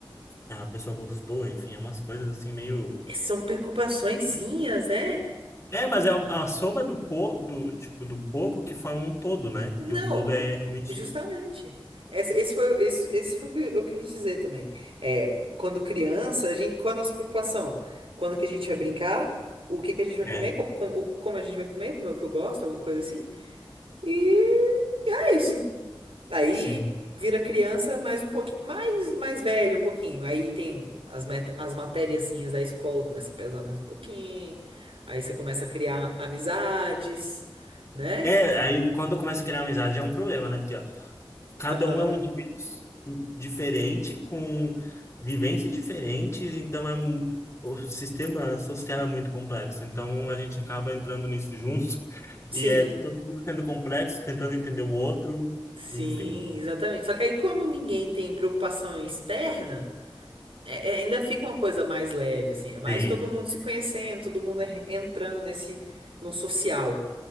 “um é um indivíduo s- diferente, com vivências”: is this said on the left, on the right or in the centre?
Left